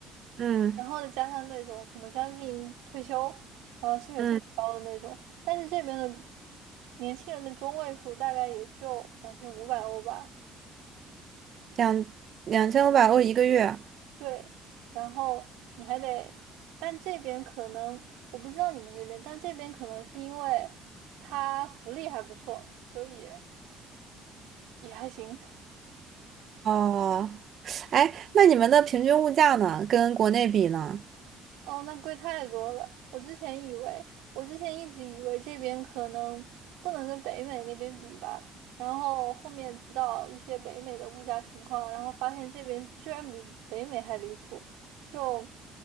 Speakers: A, on the right; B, on the right.
A: 嗯
B: 然后再加上那种可能将近退休，然后薪水特别高的那种。
A: 嗯，
B: 但是这边的年轻人的中位数大概也就两千五百欧吧。
A: 两两千五百欧一个月。
B: 对，然后你还得，但这边可能我不知道你们那边，但这边可能是因为它福利还不错，所以也还行。<laughs>
A: 哦，哎，那你们的平均物价呢？跟国内比呢？
B: 哦，那贵太多了。我之前以为，我之前一直以为这边可能不能跟北美那边比吧，然后后面知道一些北美的物价情况，然后发现这边居然比北美还离谱。就，